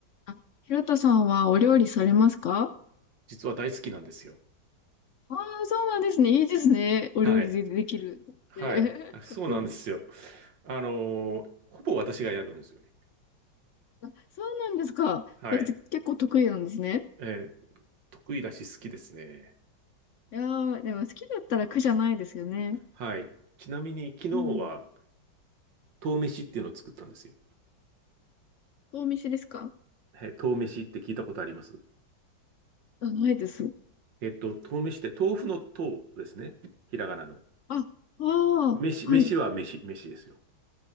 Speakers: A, on the left (about 70°); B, on the right (about 70°).
A: あ、ひろとさんはお料理されますか
B: 実は大好きなんですよ。
A: ああー、そうなんですね。いいですね。お料理で、
B: はい。
A: できる。
B: はい。
A: え
B: あそうなんですよ。
A: <laughs> かっこいい。
B: あのーほぼ私がやるんですよね。
A: あ、そうなんですか。
B: はい。
A: それって結構得意なんですね。
B: えー得意だし好きですね。
A: いやー、でも好きだったら苦じゃないですよね。
B: はい。ちなみに昨日は、
A: うん。
B: 豆飯っていうのを作ったんですよ。
A: お店ですか
B: はい。豆飯って聞いたことあります
A: あ、ないです。
B: えっと、豆飯って豆腐の豆ですね。ひらがなの。
A: あ、ああ、
B: 飯、
A: はい。
B: 飯は飯、飯ですよ。